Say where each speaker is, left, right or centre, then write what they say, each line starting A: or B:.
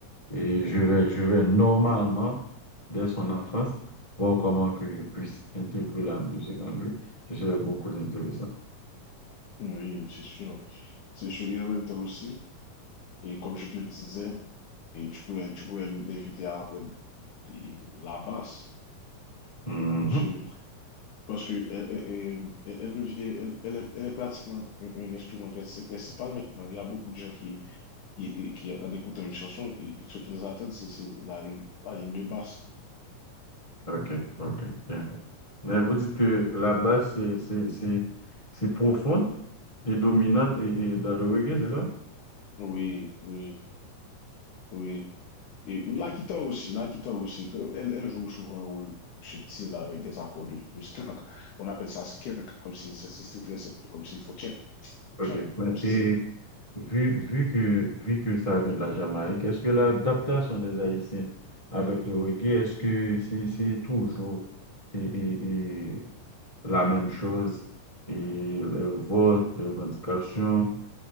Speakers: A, on the left (about 20°); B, on the left (about 70°).
A: Et je
B: mhm.
A: vais, je vais normalement, dès son enfance, voir comment que je puisse intégrer la musique en lui. Ce serait beaucoup intéressant.
B: Oui, c'est sûr. C'est sûr. Et en même temps aussi. Et comme je te disais, et tu pourrais, tu pourrais l'inviter à apprendre de- la basse.
A: Mhm.
B: Parce que, parce que elle, elle, elle- elle devient- elle- elle est, elle est pratiquement un, un instrument princi- principal maintenant. Il y a beaucoup de gens qui, qui, qui en écoutant une chanson, et, et ce qu'ils attendent, c'est c'est la ligne, la ligne de basse.
A: OK, OK, bien. Mais vous dites que la basse, c'est c'est- c'est- c'est profonde et dominante et, et dans le reggae, c'est ça?
B: Oui, oui, oui. Et la guitare aussi, la guitare aussi. que- Elle, elle joue souvent un rôle subtil avec des accords de, de skank. On appelle ça skank comme si c'est c'est très simple, comme s'il faut check,
A: OK.
B: check,
A: Mais-
B: comme si
A: Et
B: c'est
A: vu, vu que, vu que ça vient de la Jamaïque, est-ce que l'adaptation des Haïtiens avec le reggae, est-ce que c'est c'est toujours et, et- et la même chose et les votes, les revendications,